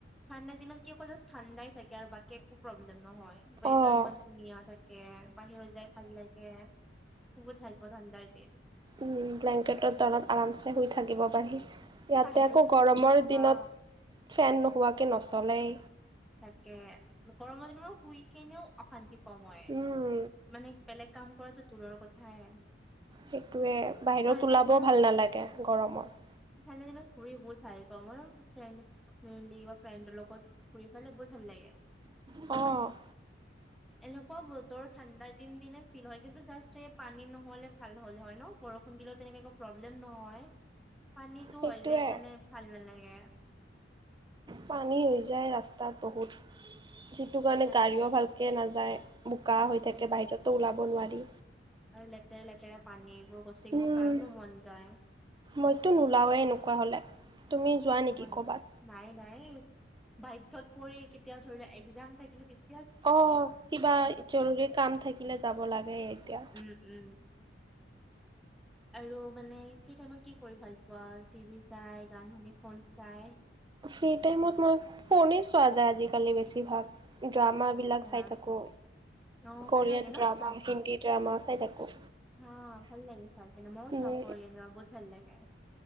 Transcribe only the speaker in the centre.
ঠাণ্ডা দিনত কি অকল জাষ্ট ঠাণ্ডাই থাকে আৰু বাকী একো প্ৰব্লেম নহয়, ৱেডাৰ
ইমান ধুনীয়া থাক কে বাহিৰত যায় ভাল লাগে, বহুত ভাল পাওঁ ঠাণ্ডাৰ দিন।
বাহিৰতো
হা
তাকে, গৰমৰ দিনত শুই কেনেও অশান্তি পাওঁ মই,
মানে বেলেগ কাম কৰাটো দূৰৰ কথাই।
কিন্তু
ঠাণ্ডাৰ
দিনত
ঠাণ্ডা দিনত ঘুৰি বহুত ভাল পাওঁ, মইও ফ্ৰেণ্ড ফেমিলি বা ফ্ৰেণ্ডৰ লগত ঘুৰি পেলাই বহুত ভাল লাগে।
এনেকুৱা বতৰত ঠাণ্ডাৰ দিন দিনে ফিল হয় কিন্তু জাষ্ট এই পানী নহলে ভাল হ'লে হয় ন বৰষ খুন্দিলেও তেনেকে একো প্ৰব্লেম নহয় পানীটো
হয় যায় সেইকাৰণে ভাল নালাগে।
তাকে
উম,
আৰু লেতেৰা-লেতেৰা পানী, এইবোৰ গচিকিব
কাৰনো মন যায়?
মইও।
নাই-নাই বাধ্যত পৰি কেতিয়া ধৰি লোৱা এক্সাম থাকিলে তেতি
উম-উম। আৰু মানে ফ্ৰী টাইমত কি কৰি ভাল ৱাল টিভি চাই গান শুনি ফোন চাই
আচ্ছা
অ'
ভাল লাগে ন
হা, ভাল লাগে চাই কিনে ময়ো
চাওঁ কৰিয়েন বহুত ভাল লাগে।